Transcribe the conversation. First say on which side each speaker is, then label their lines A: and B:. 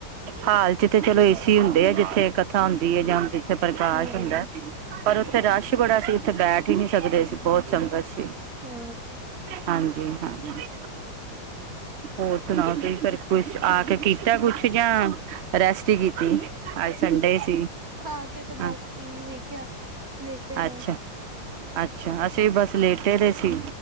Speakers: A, on the right; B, on the right.
A: ਹਾਲ ਤੇ ਚਲੋਂ ਏਸੀ ਹੁੰਦੇ ਆ ਜਿੱਥੇ ਕਥਾ ਹੁੰਦੀ ਹੈ ਜਾ ਉਥੇ ਪ੍ਰਕਾਸ਼
B: ਹੂੰ
A: ਹੁੰਦਾ ਪਰ ਉੱਥੇ ਰਸ਼ ਬੜਾ ਸੀ ਉੱਥੇ ਬੈਠ ਹੀ ਨੀ ਸਕਦੇ ਸੀ ਬਹੁਤ ਸੰਗਤ ਸੀ।
B: ਹੁ
A: ਹਾਂਜੀ-ਹਾਂਜੀ ਹੋਰ ਸੁਣਾਓ ਤੁਸੀ ਫੇਰ ਕੁਛ ਆ ਕੇ ਕੀਤਾ ਕੁਛ ਜਾ ਰੈਸਟ ਹੀ ਕੀਤੀ ਅੱਜ ਸੰਡੇ ਸੀ।
B: ਖਾ ਕੇ ਤੇ ਬਸ
A: ਹਾਂ
B: ਟੀਵੀ ਵੇਖਿਆ। ਲੇਟੇ ਰਹੇ
A: ਅੱਛਾ। ਅੱਛਾ ਅਸੀਂ ਬਸ ਲੇਟੇ ਦੇ ਸੀ